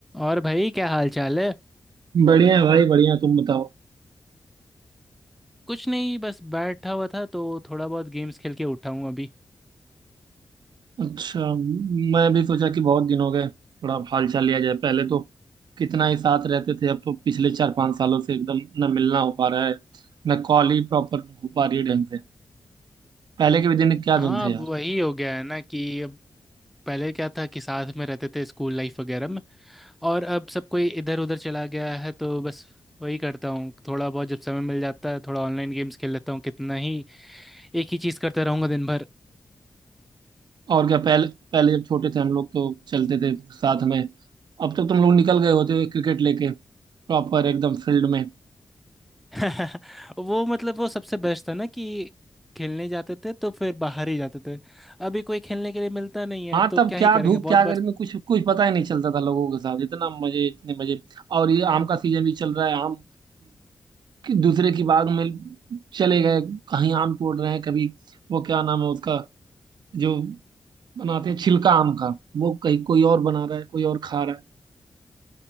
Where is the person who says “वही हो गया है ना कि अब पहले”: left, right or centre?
Centre